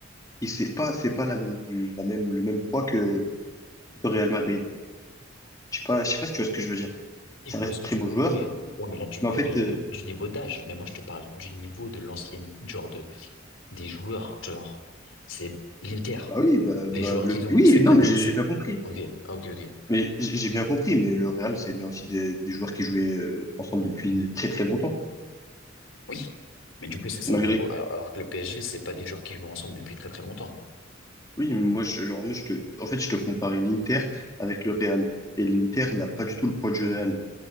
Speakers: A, on the left; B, on the left.
A: ils- c'est pas, c'est pas la, même- du- la même, le même poids que le Real Madrid. Je sais pas, je sais pas si tu vois ce que je veux dire.
B: Et
A: Ça
B: je
A: reste
B: vois ce que
A: très
B: tu
A: bons
B: veux.
A: joueurs,
B: Oui, ouais, mais là, tu
A: mais
B: parles
A: en fait,
B: de,
A: euh,
B: du niveau d'âge. Mais moi, je te parle du niveau de l'ancienne, genre de, des joueurs, genre, c'est l'Inter.
A: bah oui, bah,
B: Les
A: bah,
B: joueurs
A: le,
B: qu'ils ont,
A: oui,
B: c'est
A: non,
B: pas
A: mais
B: des,
A: j'ai
B: c'est,
A: j'ai bien compris.
B: ok, ah, ok, ok.
A: Mais j- j'ai bien compris, mais le Real, c'est bien aussi des, des joueurs qui jouaient euh, ensemble depuis très très longtemps.
B: Oui, mais du coup, c'est ça,
A: Malgré,
B: du coup. Alors, alors que le PSG, c'est pas des joueurs qui jouent ensemble depuis très très longtemps.
A: oui, mais moi, je, genre, moi, je te, en fait, je te comparais l'Inter avec le Real. Et l'Inter n'a pas du tout le poids du Real.